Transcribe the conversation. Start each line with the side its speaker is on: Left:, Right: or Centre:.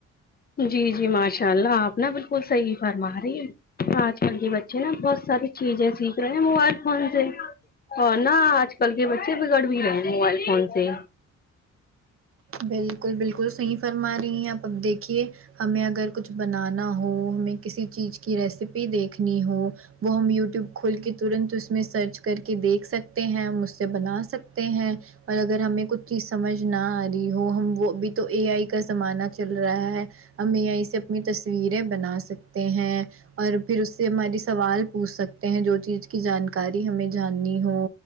Left: جی جی ماشاء اللہ آپ نا بالکل صحیح فرما رہی ہے آج کل جی بچے نا بہت ساری چیزیں سیکھ رہے ہیں موبائل فون سے اور نا آج کل کے بچے بگڑ بھی رہے ہیں موبائل فون سے
Right: بالکل بالکل صحیح فرما رہی ہیں آپ اب دیکھیے ہمیں اگر کچھ بنانا ہو ہمیں کسی چیز کی ریسپی دیکھنی ہو وہ ہم یوٹیوب کھول کے ترنت اس میں سرچ کر کے دیکھ سکتے ہیں ہم اس سے بنا سکتے ہیں اور اگر ہمیں کچھ چیز سمجھ نہ آ رہی ہو ہم وہ بھی تو اے آئی کا زمانہ چل رہا ہے ہم اے آئی سے اپنی تصویریں بنا سکتے ہیں اور پھر اس سے ہماری سوال پوچھ سکتے ہیں جو چیز کی جانکاری ہمیں جاننی ہو